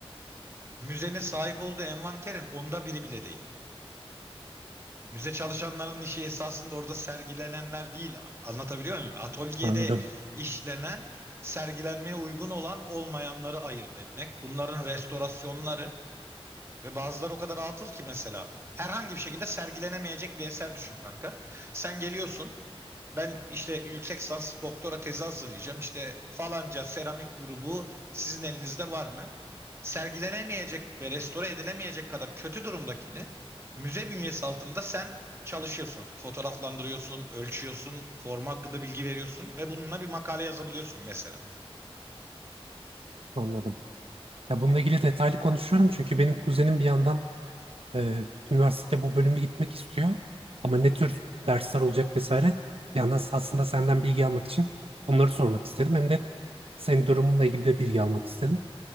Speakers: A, on the right (about 25°); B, on the right (about 65°).
A: müzenin sahip olduğu envanterin onda biri bile değil. Müze çalışanların işi esasında orada sergilenenler değil. Anlatabiliyor muyum? Atölyede
B: Anladım,
A: işlenen, sergilenmeye uygun olan olmayanları ayırt etmek. Bunların restorasyonları ve bazıları o kadar atıl ki mesela. Herhangi bir şekilde sergilenemeyecek bir eser düşün kanka. Sen geliyorsun ben işte yüksek lisans doktora tezi hazırlayacağım. İşte falanca seramik grubu sizin elinizde var mı? Sergilenemeyecek ve restore edilemeyecek kadar kötü durumdakini müze bünyesi altında sen çalışıyorsun. Fotoğraflandırıyorsun, ölçüyorsun, forma hakkında bilgi veriyorsun ve bununla bir makale yazabiliyorsun mesela.
B: anladım. Ya bununla ilgili detaylı konuşuyorum çünkü benim kuzenim bir yandan Ee, üniversitede bu bölümü gitmek istiyor. Ama ne tür dersler olacak vesaire. Bir yandan aslında senden bilgi almak için onları sormak istedim. Hem de senin durumunla ilgili de bilgi almak istedim.